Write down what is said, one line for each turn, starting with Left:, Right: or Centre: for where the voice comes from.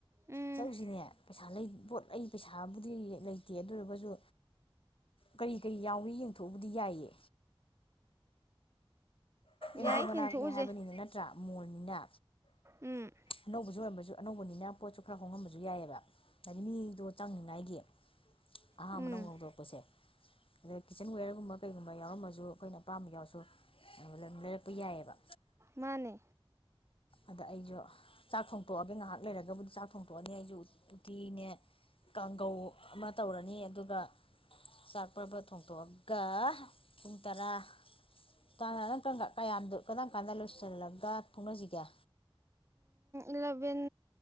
Right: ꯎꯝ
Left: ꯆꯠꯂꯨꯖꯤꯅꯦ ꯄꯩꯁꯥ ꯂꯩ ꯄꯣꯠ ꯑꯩ ꯄꯩꯁꯥ ꯕꯨꯗꯤ ꯂꯩꯇꯦ ꯑꯗꯨꯑꯣꯏꯔꯒꯁꯨ ꯀꯔꯤ ꯀꯔꯤ ꯌꯥꯎꯏ ꯌꯦꯡꯊꯣꯛꯎꯕꯗꯤ ꯌꯥꯏꯌꯦ ꯃꯌꯨꯝ
Right: ꯌꯥꯏ
Left: ꯃꯅꯥꯛꯅꯦ
Right: ꯌꯦꯡꯊꯣꯛꯎꯁꯦ
Left: ꯍꯥꯏꯕꯅꯤꯅ ꯅꯠꯇ꯭ꯔꯥ ꯃꯣꯜꯅꯤꯅꯥ
Right: ꯎꯝ
Left: ꯑꯅꯧꯕꯖꯨ ꯑꯣꯏꯔꯝꯕꯖꯨ ꯑꯗꯨ ꯑꯅꯧꯕꯅꯤꯅ ꯄꯣꯠꯁꯨ ꯈꯔ ꯍꯣꯡꯉꯝꯕꯁꯨ ꯌꯥꯏꯑꯕ ꯍꯥꯏꯗꯤ ꯃꯤꯗꯣ ꯆꯪꯅꯤꯉꯥꯏꯒꯤ ꯑꯍꯥꯝꯕ
Right: ꯎꯝ
Left: ꯅꯧꯅꯥ ꯍꯧꯗꯣꯔꯛꯄꯁꯦ ꯑꯗꯩ ꯀꯤꯠꯆꯟ ꯋꯦꯌꯔꯒꯨꯝꯕ ꯀꯩꯒꯨꯝꯕ ꯌꯥꯎꯔꯝꯃꯁꯨ ꯑꯈꯣꯏꯅ ꯑꯄꯥꯝꯕ ꯌꯥꯎꯁꯨ ꯂꯩꯔꯛꯄ ꯌꯥꯏꯌꯦꯕ
Right: ꯃꯥꯅꯦ
Left: ꯑꯗ ꯑꯩꯁꯨ ꯆꯥꯛ ꯊꯣꯡꯇꯣꯛꯑꯒꯦ ꯉꯥꯏꯍꯥꯛ ꯂꯩꯔꯒꯕꯨꯗꯤ ꯆꯥꯛ ꯊꯣꯡꯗꯣꯛꯑꯅꯦ ꯑꯩꯁꯨ ꯎꯇꯤꯅꯦ ꯀꯥꯡꯒꯧ ꯑꯃ ꯇꯧꯔꯅꯤ ꯑꯗꯨꯒ ꯆꯥꯛ ꯄꯔꯞ ꯄꯔꯞ ꯊꯣꯡꯇꯣꯛꯑꯒ ꯄꯨꯡ ꯇꯔꯥ ꯇꯥꯅꯥ ꯅꯪ ꯀꯌꯥꯝ ꯗꯨ ꯀꯔꯝ ꯀꯥꯟꯗ ꯂꯣꯏꯁꯤꯜꯂꯒ ꯊꯣꯛꯅꯥꯁꯤꯒꯦ
Right: ꯏꯂꯚꯦꯟ